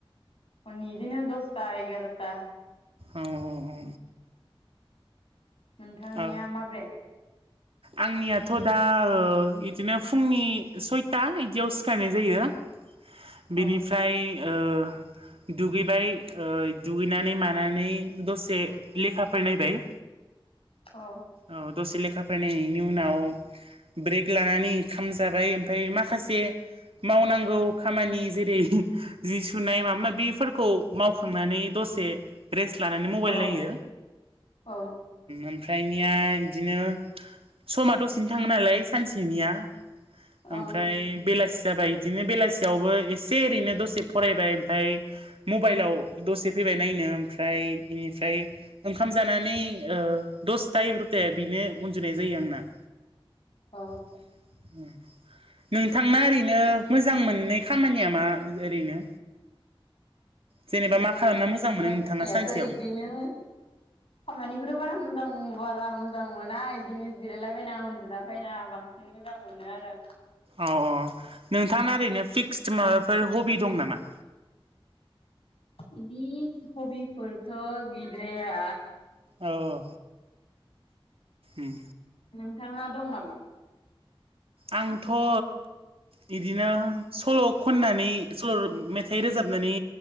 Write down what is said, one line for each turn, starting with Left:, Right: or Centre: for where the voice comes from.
Left: हरनि इदिनो दसता एगारता
Right: औ औ औ।
Left: नोंथांनिया
Right: औ
Left: माब्रे
Right: आंनियाथ' दा बिदिनो फुंनि सयथा बिदियाव सिखारनाय जायो।
Left: औ
Right: बेनिफ्राय ओ दुगैबाय ओ दुगैनानै मानानै दसे लेखाफोर नायबाय
Left: अ
Right: औ दसे लेखा फरायनायनि उनाव ब्रेक लानानै ओंखाम जाबाय ओमफ्राय माखासे से मावनांगौ खामानि जेरै जि सुनाय माबा माबिफोरखौ मावखांनानै दसे रेस्ट लानानै मबाइल
Left: औ
Right: नायो
Left: औ
Right: ओमफ्रायनिया बिदिनो समा दसेनो थाङो नालाय सानसेनिया
Left: ओं
Right: ओमफ्राय बेलासि जाबाय बिदिनो बेलासियावबो एसे एओरैनो दसे फरायबाय ओमफ्राय मबाइलाव दसे फैबाय नायनो ओमफ्राय बेनिफ्राय ओंखाम जानानै दसथा एगार'थाया बिनो उनदुनाय जायो आंना
Left: अ
Right: <inaudible> नोंथांना ओरैनो मोजां मोननाय खामानिया मा ओरैनो जेनेबा
Left: मोजां
Right: मा खालामना मोजां मोनो
Left: जायाखै
Right: नोंथाङा सानसेयाव
Left: बिदिनो खामानिखौथ बारा मोजां बारा मोजां मोना इदिनो जिरायलाबायना उन्दुलाबायना बांसिन मोजां मोनो आरो
Right: औ औ नोंथाङा ओरैनो फिक्स माबाफोर हबि दं नामा
Left: इदि हबिफोरथ गैद्राया
Right: औ औ उम
Left: नोंथाना दं नामा
Right: आंथ ओ बिदिनो सल' खननानै सल' मेथाइ रोजाबनानै